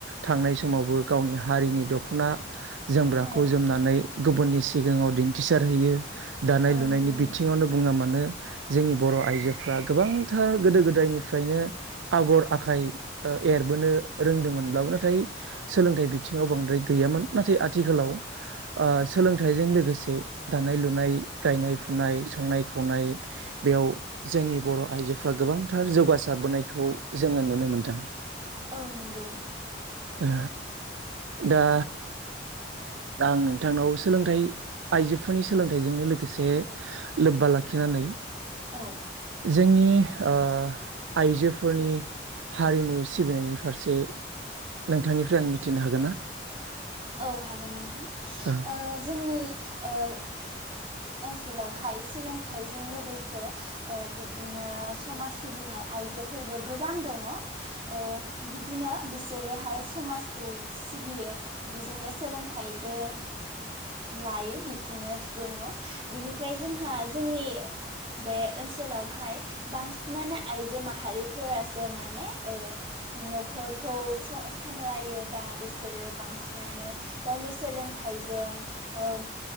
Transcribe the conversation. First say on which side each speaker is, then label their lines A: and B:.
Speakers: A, on the right; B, on the right.
A: थांनाय समावबो गावनि हारिनि दख'ना जोमग्राखौ
B: औ
A: जोमनानै गुबुननि सिगाङाव दिन्थिसारहैयो दानाय
B: औ
A: लुनायनि
B: नंगौ
A: बिथिङावनो बुङा मानो जोंनि बर' आइजोफ्रा गोबांथार गोदो गोदायनिफ्रायनो आगर आखाइ ओ एरबोनो रोंदोंमोनब्लाबो नाथाय सोलोंथाइ बिथिङाव बांद्राय गैया मोन नाथाय आथिखालाव ओ सोलोंथाइजों लोगोसे दानाय लुनाय गायनाय फुनाय य संनाय खावनाय बेयाव जोंनि बर' आइजोफ्रा गोबांथार जौगासारबोनायखौ जोङो नुनो मोन्दों
B: औ नंगौ
A: ओ दा आं नोंथांनाव सोलोंथाइ आइजोफोरनि सोलोंथाइजोंनो लोगोसे लोब्बा लाखिना नै
B: औ
A: जोंनि ओ आइजोफोरनि हारिमु सिबिनायनि फारसे नोंथांनिफ्राय आं मिथिनो हागोन ना?
B: औ हागोन नोंथां
A: औ
B: ओ जोंनि ओ ओनसोलावहाय सोलोंथाइजों लोगोसे ओ बिब्दिनो समाज सिबिनाय आइजो फोरबो गोबां दङ ओ बिबदिनो बिसोरोहाय समाजखौ सिबियो बिजोंनो सोलोंथाइबो लायो बिब्दिनो दङ। बिनिफ्राय जोंहा जोंनि बे ओनसोलावहाय बांसिनानो आइजो माहारिफोरासो माने ओ न'खरखौ स-सामलायोबा बे सोरो बांसिनानो गावनि सोलोंथाइजों ओ